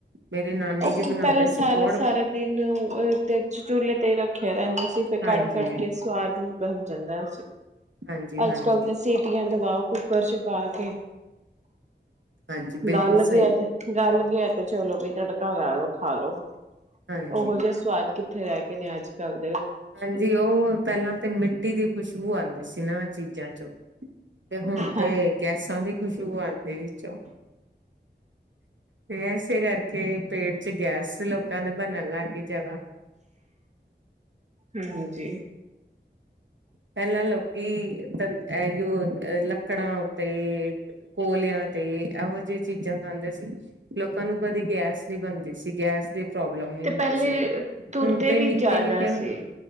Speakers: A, on the right; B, on the right.
A: ਮੇਰੇ ਨਾਨੀ
B: ਉਹ
A: ਜੀ ਬਣਾਉਂਦੇ
B: ਪਹਿਲਾਂ ਸਾਰਾ
A: ਸੀ ਬੜ
B: ਸਾਰਾ ਦਿਨ ਤੇ ਉ ਚੁੱਲੇ ਤੇ ਹੀ ਰੱਖਿਆ ਰਹਿੰਦਾ ਸੀ। ਫ ਕੱੜ-
A: ਹਾਂਜੀ
B: ਕੱੜ ਕੇ ਸਵਾਦ ਬਣ ਸਕਦਾ। <inaudible>
A: ਹਾਂਜੀ ਹਾਂਜੀ
B: ਅੱਜ ਕੱਲ ਤਾਂ ਸੀਟੀਆਂ ਦਵਾਓ ਕੁੂੱਕਰ 'ਚ ਪਾ ਕੇ।
A: ਹਾਂਜੀ ਬਿਲਕੁਲ
B: ਗਲ
A: ਸਹੀ
B: ਗਿਆ ਤੇ ਗਲ ਗਿਆ। ਤੇ ਚਲੋ ਬਈ। ਤੜਕਾ ਲਾ ਲੋੋ ਖਾ ਲੋ।
A: ਹਾਂਜੀ
B: ਉਹੋ ਜਿਹਾ ਸਵਾਦ ਕਿੱਥੇ ਰਹਿ ਕਏ ਨੇ ਅੱਜ ਕੱਲ੍ਹ
A: ਹਾਂਜੀ ਉਹ ਪਹਿਲਾਂ ਤੇ ਮਿੱਟੀ ਦੀ ਖੁਸ਼ਬੂ ਆਉਂਦੀ ਸੀ ਨਾ ਚੀਜ਼ਾਂ 'ਚੋਂ ਤੇ ਹੁਣ
B: ਹਾਂਜੀ।
A: ਤੇ ਗੈਸਾਂ ਦੀ ਖੁਸ਼ੂਬੋ ਆਉਂਦੀ ਵਿੱਚੋਂ ਤੇ ਇਸੇ ਕਰਕੇ ਪੇਟ <inaudible> 'ਚ ਗੈਸ ਲੋਕਾਂ ਦੇ ਬਣਨ ਲੱਗ ਗਈ ਜਿਆਦਾ
B: ਹਾਂਜੀ
A: ਪਹਿਲਾਂ ਲੋਕੀ ਤ ਇਹੀਓ ਲੱਕੜਾਂ ਉਤੇ ਕੋਲਿਆਂ ਤੇ ਇਹੋ ਜਿਹੀ ਚੀਜ਼ਾਂ ਖਾਂਦੇ ਸੀ, ਲੋਕਾਂ ਨੂੰ ਕਦੀ ਗੈਸ ਨੀ ਬਣਦੀ ਸੀ, ਗੈਸ ਦੇ ਪ੍ਰੋਬਲਮ ਨ
B: ਤੇ
A: ਹੁੰਦੀ
B: ਪਹਿਲੇ
A: ਸੀ,
B: ਤੁਰਦੇ
A: ਹੁਣ ਤੇ
B: ਵੀ
A: ਨਿੱਕੇ
B: ਜ਼ਿਆਦਾ
A: ਨਿੱਕੇ <inaudible>
B: ਸੀ।